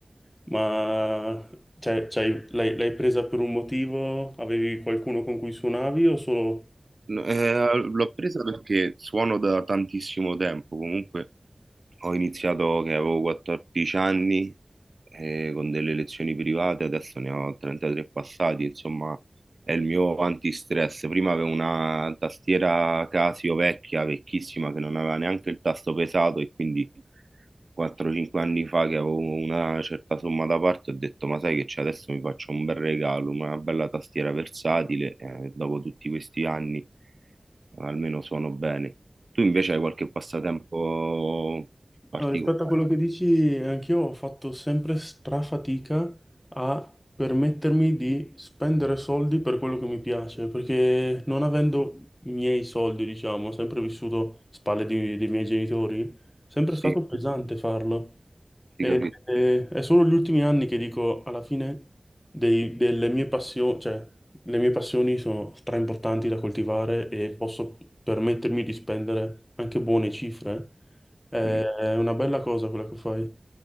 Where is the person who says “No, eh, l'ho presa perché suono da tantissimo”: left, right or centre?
Right